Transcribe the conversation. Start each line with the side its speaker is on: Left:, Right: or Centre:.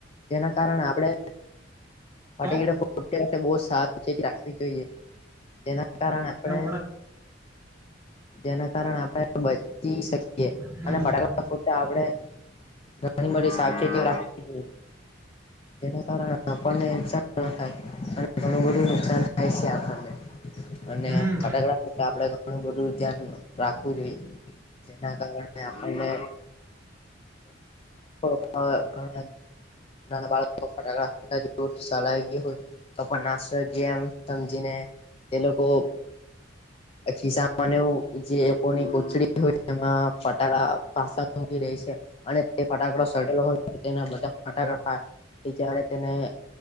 Left: જેના કારણે આપડે ફટીડ
Right: પર હમણાં
Left: બહું સારી ચેતી રાખવી જોઈએ જેના કારણે
Right: આવ્યો
Left: આપણે જેના કારણે આપણે બચી શકીએ
Right: હમ
Left: અને ફટાક ફ આપણેે ઘણી બધી સાવચેતી રાખવી જોઈએ. તેના કારણે આપડે ઇનસાઇડ થવાનું થાય અને ઘણું બધું નુકસાન થાય છે આપણને અને
Right: હમ
Left: ફટાકડા આપડે બધું ધ્યાન રાખવું જોઈએ જેના કારણે અને આપને <unintelligible> હ ઘણા નાના બાળકો ફટાકડાટ <unintelligible> ગયા હોય. તો પણ નાસો કે એમ સમજીને એ લોકો ખિસામાને જે કોની કોચડી હોય, તેમાં ફટાકા પાસા મૂકી રે છે. અને તે ફટાકડો સળગેલો હોય તેના બધા ફટાકડા <unintelligible> તેને